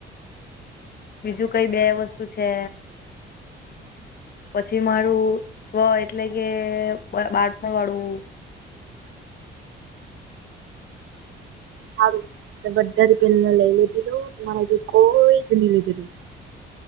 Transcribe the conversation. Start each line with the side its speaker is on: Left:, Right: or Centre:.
Left: બીજું કઈ બે વસ્તુ છે. પછી મારું સ્વ એટલે કે બાળપણ વાળું.
Right: સારું બધા જ પેને લઈ લીધેલુંરે જે કોઈ જ નહી લઈધીલું.